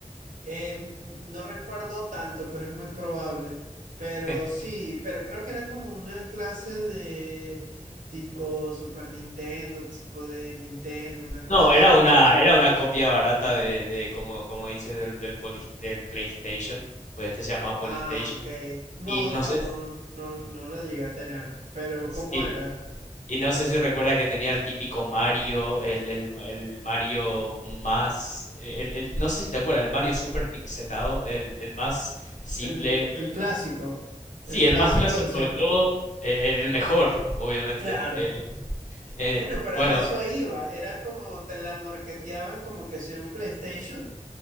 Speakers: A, on the right; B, on the left.
A: Em, no recuerdo tanto, pero es muy probable. Pero
B: <laughs>
A: sí, pero creo que era como una clase de tipo Super Nintendo, tipo de Nintendo, una cosa
B: No, era
A: así.
B: una, era una copia barata de, de como, como dices, del, del, poli- del PlayStation. Pues este se llamaba PlayStation.
A: Ah, ok. No,
B: Y no
A: no,
B: sé,
A: no, no la llegué a tener. Pero
B: sí,
A: ¿cómo era?
B: y no sé si recuerda que tenía el típico Mario, el, el, el Mario más, el, el- no sé si te acuerdas, el Mario super pixelado, el, el más simple,
A: El, el clásico,
B: sí,
A: el clásico
B: el más clásico
A: de siempre.
B: de todos, eh, eh, el mejor, obviamente.
A: Claro.
B: eh, en-
A: Bueno, para
B: bueno,
A: eso iba. Era como te la marketeaban como que si era un PlayStation,